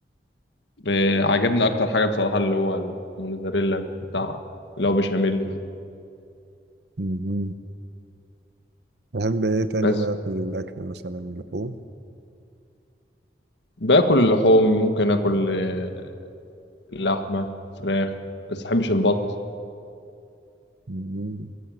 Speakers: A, on the left (about 75°); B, on the right (about 65°).
A: ب- عجبني أكتر حاجة بصراحة اللي هو الموزاريلا بتاع اللي هو بشاميل ده
B: مهم. تحب إيه تاني
A: بس
B: بقى في الأكل مثلا اللحوم؟
A: باكل اللحوم ممكن آكل آه، اللحمة فراخ بس مبحبش البط
B: مهم.